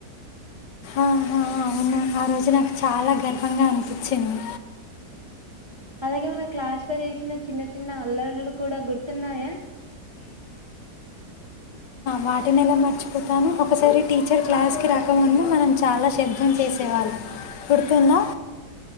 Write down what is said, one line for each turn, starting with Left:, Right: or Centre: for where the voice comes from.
Left: ఆహా, అవునా ఆ రోజు నాకు చాలా గర్వంగా అనిపిచ్చింది
Right: అలాగే మన క్లాస్ లో చేసిన చిన్న చిన్న అల్లరులు కూడా గుర్తున్నాయా
Left: వాటినెలా మర్చిపోతాను ఒకసారి టీచర్ క్లాస్ కి రాకముందు మనం చాలా శబ్దం చేసేవాళ్ళం గుర్తుందా